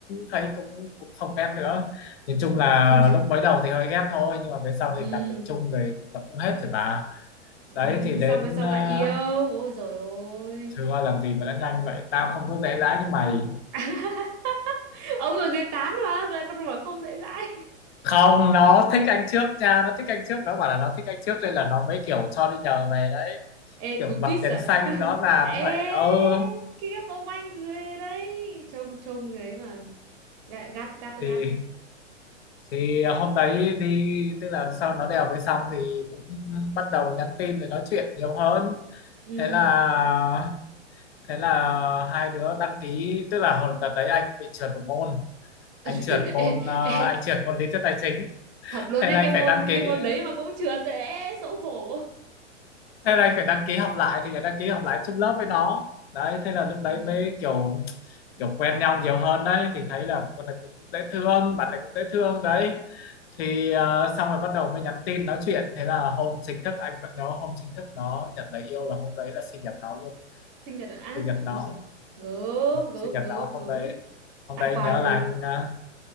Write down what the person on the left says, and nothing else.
thấy cũng cũng không ghét nữa nhìn chung
là
lúc mới đầu thì hơi ghét thôi nhưng mà về sau
thì làm việc chung rồi nó cũng hết rồi mà
đấy thì
đến
uh,
thưa làm gì mà đã nhanh vậy tao không có dễ dãi như mày
không nó thích anh trước nha nó thích anh trước nó bảo là nó thích anh trước nên là nó mới kiểu cho đi nhờ về đấy
kiểu
bật
đèn
xanh rõ
ràng vậy
ừ
thì thì à, hôm đấy đi tức là sau nó đèo về xong thì cũng bắt đầu nhắn tin rồi nói chuyện nhiều hơn
thế là thế là hai đứa đăng ký tức là hồi đợt đấy anh bị trượt một môn anh
trượt môn
ờ,
anh trượt môn lý thuyết tài chính
thế
là
anh
phải đăng ký
thế là anh phải đăng ký học lại thì phải đăng ký học lại chung lớp với nó đấy thế là lúc
đấy mới kiểu kiểu quen nhau nhiều hơn đấy thì thấy là con này cũng dễ thương bạn này cũng dễ thương đấy thì ờ, xong rồi bắt đầu mới nhắn tin nói chuyện thế là hôm chính thức anh vẫn nhớ hôm chính thức nó nhận lời yêu là hôm đấy là sinh nhật nó luôn
sinh nhật
nó
sinh nhật
nó hôm
đấy hôm
đấy
nhớ
là anh ờ,